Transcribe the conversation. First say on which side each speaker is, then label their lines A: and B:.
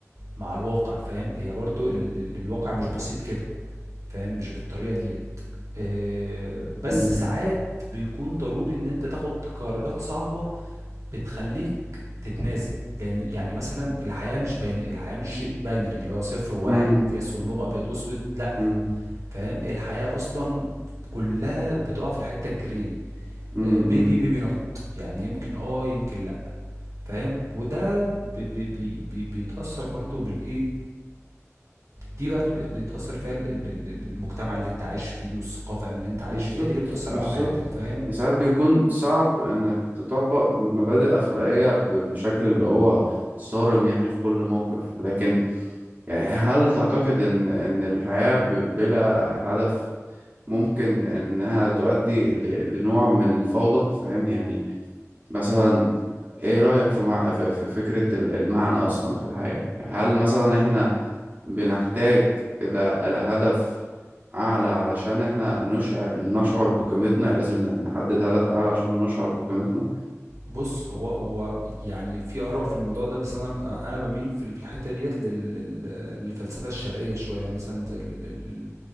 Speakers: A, on the right; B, on the right.
A: مع الواقع فاهم هي برضو ال ال الواقع مش بسيط كده فاهم مش بالطريقة ديت آه، بس
B: مم.
A: ساعات بيكون ضروري ان انت تاخد قرارات صعبة بتخليك تتنازل لان يعني مثلا الحياة مش بين الحياة مش شيء باينري اللي هو صفر وواحد
B: مم.
A: يس ونو ابيض واسود لا
B: مم.
A: فاهم الحياة اصلا كلها بتقع في الحتة الجري
B: مم.
A: ميبي
B: مم.
A: ميبي نوت يعني يمكن اه يمكن لا فاهم وده بي بي بي بي- بيتأثر برضو بالايه دي بقى اللي بي- بيتأثر فيها ال- ال- ال- المجتمع اللي انت عايش فيه والثقافة اللي انت عايش
B: بالظبط
A: فيها دي اللي بتأثر
B: بالظبط
A: على حياتك فاهم
B: ساعات بيكون صعب انك تطبق مبادئ اخلاقيه ب- بشكل اللي هو صارم يعني في كل موقف لكن يعني هل تعتقد ان ان الحياه ب- بلا هدف ممكن انها تؤدي ل- لنوع من الفوضى فاهم يعني مثلا ايه رأيك في, مع... في في فكرة ال- المعنى اصلا في الحياة هل مثلا احنا بنحتاج الى الى هدف اعلى علشان احنا نشعر نشعر بقيمتنا يعني لازم ن- نحدد هدف اعلى عشان نشعر بقيمتنا
A: بص هو هو يعني في آراء في الموضوع ده بس انا انا بميل في ال- في الحتة ديت لل- لل- للفلسفة الشرقية شوية مثلا زي ال- ال-